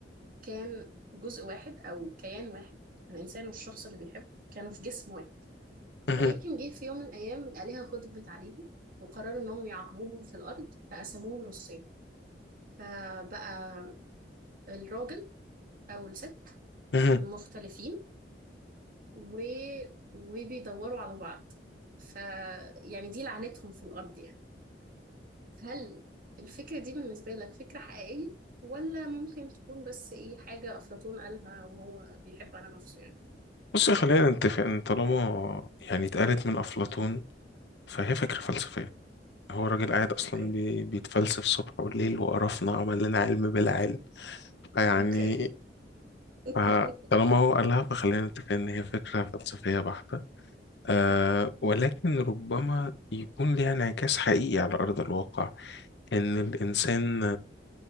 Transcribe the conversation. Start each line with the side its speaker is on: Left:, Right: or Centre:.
Right: كان جزء واحد أو كيان واحد الإنسان والشخص اللي بيحبه كانوا في جسم واحد
Left: مهم.
Right: ولكن جه في يوم من الأيام الآلهة غضبت عليهم وقرروا إنهم يعاقبوهم في الأرض فقسموهم نصين فبقى الراجل أو الست
Left: مهم.
Right: مختلفين و... وبيدوروا على بعض فيعني دي لعنتهم في الأرض يعني فهل الفكرة دي بالنسبة لك فكرة حقيقية ولا ممكن تكون بس إيه حاجة أفلاطون قالها وهو بيحب على نفسه يعني؟
Left: بص خلينا نتفق ان طالما يعني اتقالت من افلاطون فهي فكره فلسفيه هو الراجل قاعد اصلا
Right: أوكي
Left: بي... بيتفلسف صبح وليل وقرفنا عمل لنا علم بلا علم فيعني
Right: اوكي <laughs>
Left: ف- طالما هو قالها فخلينا نتفق ان هي فكره فلسفيه بحته أه
Right: تمام
Left: ولكن ربما يكون ليها انعكاس حقيقي على ارض الواقع ان الانسان